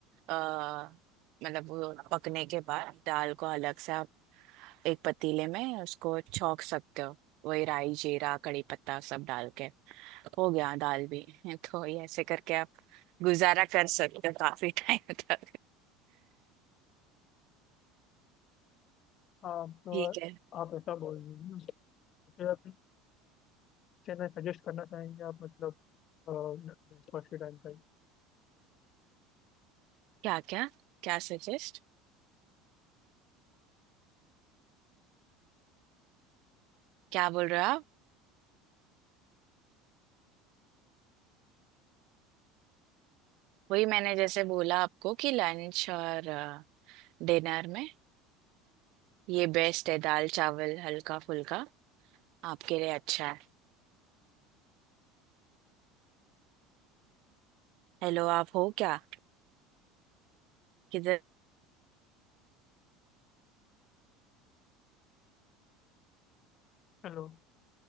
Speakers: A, on the right (about 60°); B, on the left (about 45°).
A: आ, मतलब वो पकने के बाद दाल को अलग से आप एक पतीले में उसको छौंक सकते हो वही राई जीरा कड़ी पत्ता सब डाल के हो गया दाल भी <laughs> तो ये ऐसे करके आप गुजारा कर सकते हो काफी टाइम <laughs> तक
B: आप तो
A: ठीक है
B: आप ऐसा बोल रहे हो ना तो फिर अभी क्या ना सजेस्ट करना चाहेंगे आप मतलब ब्रेकफास्ट के टाइम का ही
A: क्या क्या क्या सजेस्ट क्या बोल रहे हो आप वही मैंने जैसे बोला आपको कि लंच और डिनर में ये बेस्ट है दाल चावल हल्का फुल्का आपके लिए अच्छा है हेलो आप हो क्या किधर?
B: हेलो